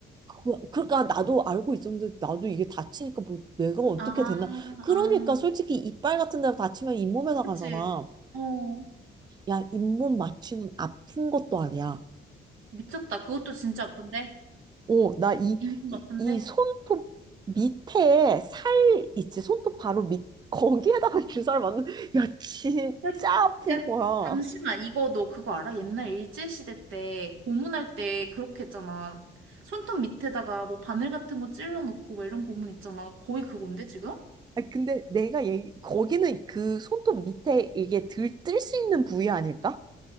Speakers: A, on the right; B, on the right.
A: 그, 그러니까 나도 알고 있었는데 나도 이게 다치니까 뭐 내가 어떻게
B: 아,
A: 됐나. 그러니까
B: 아,
A: 솔직히 이빨 같은 데 다치면 잇몸에다
B: 그치.
A: 가잖아.
B: 어,
A: 야, 잇몸 맞추는 아픈 것도 아니야.
B: 미쳤다. 그것도 진짜 아픈데?
A: 오, 나 이,
B: 인분
A: 이,
B: 아픈데?
A: 이 손톱 밑에 살 있지? 손톱 바로 밑, 거기에다가 <laughs> 주사를 맞는, 야, 진짜
B: 야,
A: 아픈
B: 야,
A: 거야.
B: 잠시만. 이거 너 그거 알아? 옛날 일제시대 때 고문할 때 그렇게 했잖아. 손톱 밑에다가 뭐 바늘 같은 거 찔러 놓고 막 이런 고문 있잖아. 거의 그건데 지금?
A: 아, 근데 내가 얘기, 거기는 그 손톱 밑에 이게 들, 뜰 수 있는 부위 아닐까?